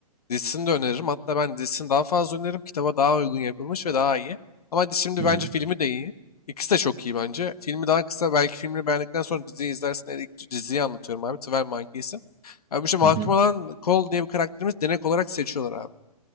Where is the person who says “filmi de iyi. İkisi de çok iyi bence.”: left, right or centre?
Left